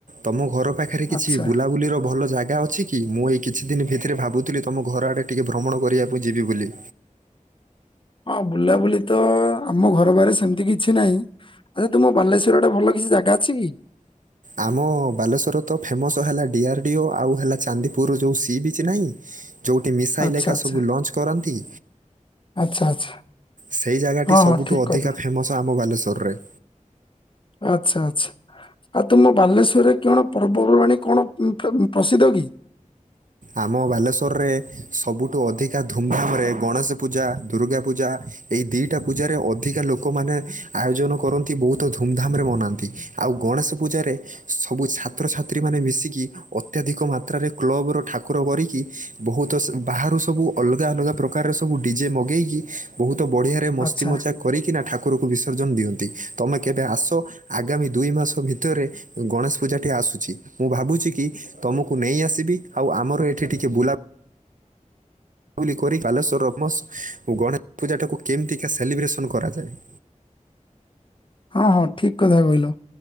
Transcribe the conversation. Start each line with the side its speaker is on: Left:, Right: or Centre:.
Right: ତମ ଘର ପାଖେ ପାଖରେ କିଛି
Left: ଆଚ୍ଛା
Right: ବୁଲାବୁଲିର ଭଲ ଜାଗା ଅଛି କି? କି ମୁଁ ଏଇ କିଛି ଦିନ ଭିତରେ ଭାବୁଥିଲି ତମ ଘର ଆଡେ ଟିକେ ଭ୍ରମଣ କରିବାକୁ ଯିବି ବୋଲି?
Left: ହଁ ବୁଲାବୁଲି ତ ଆମ ଘର ବାହାରେ ସେମିତି କିଛି ନାହିଁ। ଆଛା ତୁମ ବାଲେଶ୍ଵର ଆଡେ ଭଲ କିଛି ଜାଗା ଅଛି କି?
Right: ଆମ ବାଲେଶ୍ୱର ତ ଫେମସ୍ ହେଲା ଡିଆର୍ ଡିଓ ଆଉ ହେଲା ଚାନ୍ଦିପୁର ଯେଉଁ ସି ବିଚ୍ ନାହିଁ ଯେଉଁଠି ମିଶାଇଲ
Left: ଆଚ୍ଛା
Right: ଏକା
Left: ଆଚ୍ଛା
Right: ସବୁ ଲଞ୍ଚ୍ କରନ୍ତି।
Left: ଆଚ୍ଛା ଆଚ୍ଛା
Right: ସେଇ ଜାଗାଟି
Left: ହଁ
Right: ସବୁଠୁ
Left: ହଁ ଠିକ
Right: ଅଧିକା
Left: କଥା
Right: ଫେମସ ଆମ ବାଲେଶ୍ଵରରେ।
Left: ଆଛା ଆଛା ଆଉ ତମ ବାଲେଶ୍ଵରରେ କଣ ପର୍ବପର୍ବାଣୀ କଣ ଉଁ ଫ୍ରମ୍ ପ୍ରସିଦ୍ଧ କି?
Right: ଆମ ବାଲେଶ୍ଵରରେ ସବୁଠୁ ଅଧିକା ଧୁମଧାମରେ ଗଣେଶ ପୂଜା ଦୁର୍ଗା ପୂଜା ଏହି ଦୁଇଟା ପୂଜାରେ ଅଧିକା ଲୋକମାନେ ଆୟୋଜନ କରନ୍ତି ବୋହୁତ ଧୁମଧାମରେ ମନାନ୍ତି। ଆଉ ଗଣେଶ ପୂଜାରେ ସବୁ ଛାତ୍ରଛାତ୍ରୀ ମାନେ ମିଶିକି ଅତ୍ୟାଧିକ ମାତ୍ରାରେ କ୍ଲବର ଠାକୁ ଠାକୁର କାରୀକି ବୋହୁତ ସ ବାହାରୁ ସବୁ ଅଲଗା ଅଲଗା ପ୍ରକାରେ ସବୁ ଡିଯେ ମଗେଇକି ବୋହୁତ ବଢିଆ ମସ୍ତି
Left: ଆଚ୍ଛା
Right: ମଜା କରିକି ନା ଠାକୁରକୁ ବିସର୍ଜନ ଦିଅନ୍ତି ତମେ କେବେ ଆସ ଆଗାମୀ ଦୁଇ ମାସ ଭିତରେ ଗଣେଶ ପୂଜା ଟି ଆସୁଛି ମୁଁ ଭାବୁଛି କି ତମକୁ ନେଇ ଆସିବି ଆଉ ଆମର ଏଠି ଟିକେ ବୁଲା ବୁଲାବୁଲି କରି ବାଲେଶ୍ଵର ରମସ ଓ ଗଣେଶ ପୂଜାଟାକୁ କେମିତିକା ସେଲିବ୍ରେସନ କରାଯାଏ।
Left: ହଁ ହଁ ଠିକ୍ କଥା କହିଲ